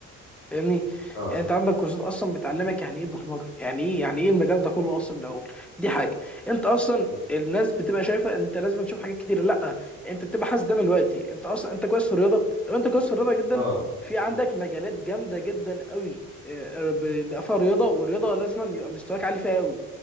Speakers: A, in the centre; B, on the left (about 75°).
A: فاهمني
B: اه
A: يعني انت عندك كورسات اصلا بتعلمك يعني ايه برمجه يعني ايه يعني ايه المجال ده كله اصلا من الاول دي حاجه انت اصلا
B: مم.
A: الناس بتبقى شايفه انت لازم تشوف حاجات كتير لا انت بتبقى حاسس ده من دلوقتي انت اصلا انت كويس في الرياضه لو انت كويس في الرياضه جدا
B: اه
A: في عندك
B: مم.
A: مجالات جامده جدا قوي اه، بيبقى فيها رياضه والرياضه لازم يبقى مستواك عالي فيها قوي